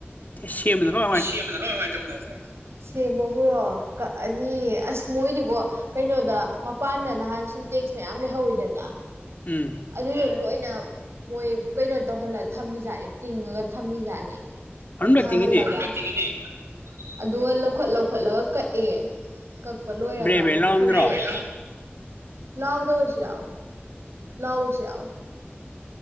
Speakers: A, on the left; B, on the right.
A: <unintelligible> ꯁꯦꯝꯕ ꯗꯒꯣ
B: ꯁꯦꯝꯕ ꯀꯃꯥꯢ ꯀꯃꯥꯢ ꯇꯧꯒꯦ ꯍꯥꯢꯕ ꯁꯦꯝꯕꯕꯨꯔꯣ ꯀꯛꯑꯅꯤ ꯑꯁ ꯃꯣꯏꯗꯤꯀꯣ ꯀꯩꯅꯣꯗ ꯃꯄꯥꯟꯗ ꯅꯍꯥꯟ ꯁꯤꯟꯇꯦꯛꯁ ꯃꯌꯥꯝ ꯂꯩꯍꯧꯋꯤꯗꯅ
A: ꯎꯝ
B: ꯑꯗꯨꯗꯣ ꯎꯝ ꯂꯣꯏꯅ ꯃꯣꯏ ꯀꯩꯅꯣ ꯇꯧꯍꯜꯂ ꯊꯝꯃꯤꯖꯥꯠꯅꯤ ꯇꯤꯡꯉꯒ ꯊꯝꯃꯤꯖꯥꯠꯅꯤ ꯄꯠꯊꯍꯜꯂꯒ
A: ꯑꯗꯨꯝ ꯔꯦꯇꯤꯡꯒꯤꯅꯦ
B: ꯃꯅꯨꯡꯗ ꯇꯤꯡꯉꯦꯅꯦ ꯑꯗꯨꯒ ꯂꯧꯈꯠ ꯂꯧꯈꯠꯂꯒ ꯀꯛꯑꯦ ꯀꯛꯄ ꯂꯣꯏꯔꯒ
A: ꯕ꯭ꯔꯦ
B: ꯑꯃꯨꯛ
A: ꯕ꯭ꯔꯦ ꯂꯥꯎꯔꯝꯗ꯭ꯔꯣ
B: ꯐꯧꯗꯣꯛꯑꯦ ꯂꯥꯎꯗꯕꯁꯨ ꯌꯥꯎꯋꯦ꯫ ꯂꯥꯎꯕꯁꯨ ꯌꯥꯎꯋꯦ